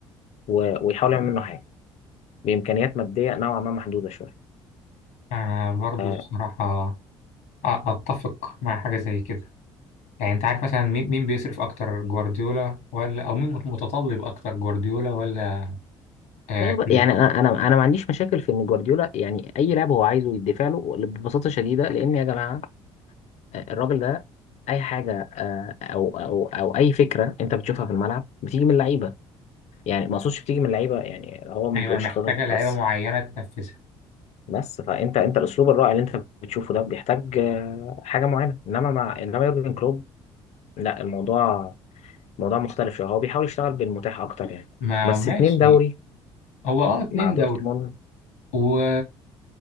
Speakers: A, on the left; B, on the left.
A: و- ويحاول يعمل منه حاجه بامكانيات ماديه نوعا ما محدوده شويه
B: أنا برضه
A: آه،
B: الصراحة أ- اتفق مع حاجه زي كده يعني انت عارف مثلا مين مين بيصرف اكتر جوارديولا ولا او مين متطلب اكتر جوارديولا ولا آه
A: ايوه
B: كلوب
A: بقى، يعني انا انا انا ما عنديش مشاكل في ان جوارديولا يعني اي لاعب هو عايزه يدفع له ببساطه شديده لان يا جماعه الراجل ده اي حاجه آه، او او او اي فكره انت بتشوفها في الملعب بتيجي من اللعيبه يعني ما اقصدش بتيجي من اللعيبه يعني هو ما
B: ايوه
A: بيقولش
B: محتاجه
A: خطط
B: لعيبه
A: بس
B: معينه تنفذها
A: بس فانت انت الاسلوب الرائع اللي انت بتشوفه ده بيحتاج آه، حاجه معينه انما مع انما يورجن كلوب لا الموضوع موضوع مختلف شويه هو بيحاول يشتغل بالمتاح اكتر يعني
B: ما
A: بس
B: ماشي
A: اتنين دوري
B: هو اه اتنين
A: مع دورتموند
B: دوري و